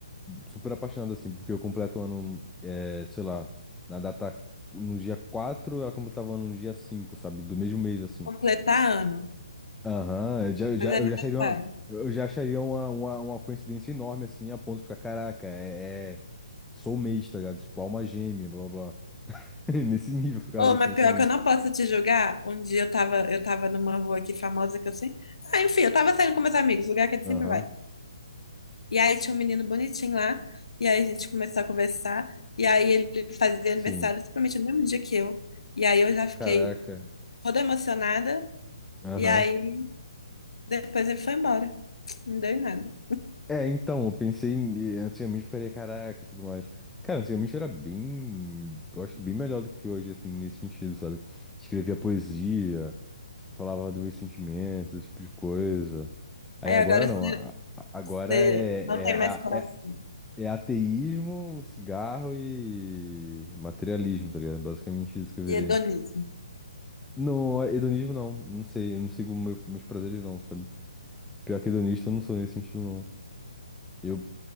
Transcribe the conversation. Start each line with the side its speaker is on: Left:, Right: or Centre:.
Centre: super apaixonado, assim, porque eu completo o ano, eh, sei lá, na data, no dia 4, ela completava o ano no dia 5, sabe? Do mesmo mês, assim.
Left: Completar ano,
Centre: Aham, eu já, eu já,
Left: fazer aniversário.
Centre: eu já acharia uma, eu já acharia uma, uma, uma coincidência enorme, assim, a ponto de ficar, caraca, é, é soulmate, tá ligado? Tipo, alma gêmea, blá, blá, blá. <laughs> Nesse nível eu ficaria,
Left: Ô,
Centre: assim,
Left: mas pior
Centre: realmente.
Left: que eu não posso te julgar. Um dia eu tava, eu tava numa rua aqui famosa que eu sei. Ah, enfim, eu tava saindo com meus amigos, lugar que a gente
Centre: Aham,
Left: sempre vai. E aí tinha um menino bonitinho lá, e aí a gente começou a conversar, e aí ele fazia
Centre: sim.
Left: aniversário simplesmente no mesmo dia que eu. E aí eu já fiquei
Centre: Caraca.
Left: toda emocionada,
Centre: Aham.
Left: e aí depois ele foi embora. Não deu em nada.
Centre: É, então, eu pensei, em- antigamente eu ficaria caraca e tudo mais. Cara, antigamente era bem, eu acho que bem melhor do que hoje, assim, nesse sentido, sabe? Escrevia poesia, falava dos meus sentimentos, esse tipo de coisa. Aí
Left: Aí
Centre: agora
Left: agora você,
Centre: não, a- a- agora
Left: você
Centre: é,
Left: não tem mais coração.
Centre: é, é, é é ateísmo, cigarro e materialismo, tá ligado? Basicamente isso que eu virei.
Left: E hedonismo.
Centre: Não, hedonismo não, não sei, eu não sigo meu- meus prazeres não, sabe? Pior que hedonista eu não sou nesse sentido não. Eu